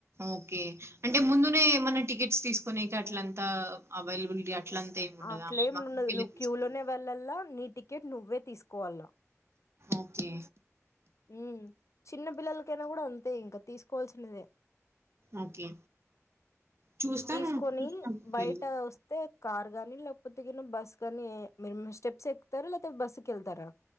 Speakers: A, on the right (about 55°); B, on the left (about 65°).
A: ఓకే అంటే ముందునే ఏమన్నా టికెట్స్ తీసుకునే అట్లంతా అవైలబిలిటీ అట్లంతా ఏముండదా?
B: అట్లేం
A: మాకుడికెళ్ళి
B: ను నువ్వు
A: తీసుకోవాలి.
B: క్యూ లోనే వెళ్ళలా నీ టికెట్ నువ్వే తీసుకోవాలా
A: ఓకే
B: ఉ చిన్న బిల్లకినా కూడా అ తె ఇంకా తీసుకోవాల్సినదే
A: ఓకే చూస్తాను
B: తీసుకొని
A: చూస్తానుళ్ళ
B: బయట వస్తే కార్ కాగాని లేకపోతే ఏ బస్సు గాని మ స్టెప్స్ ఎక్కుతారా లేకపోతే బస్సుకి వెళ్తారా